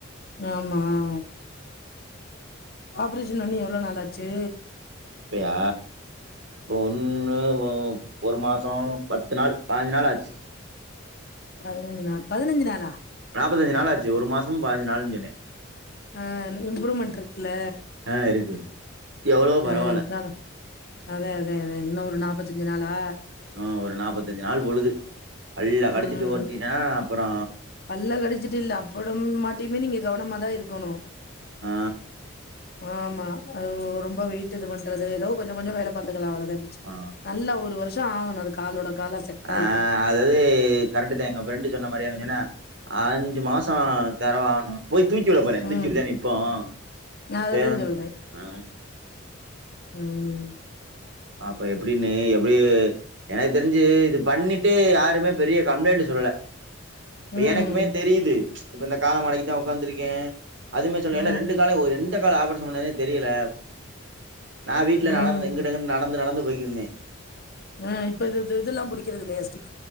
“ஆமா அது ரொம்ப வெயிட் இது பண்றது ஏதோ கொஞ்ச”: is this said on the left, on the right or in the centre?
Left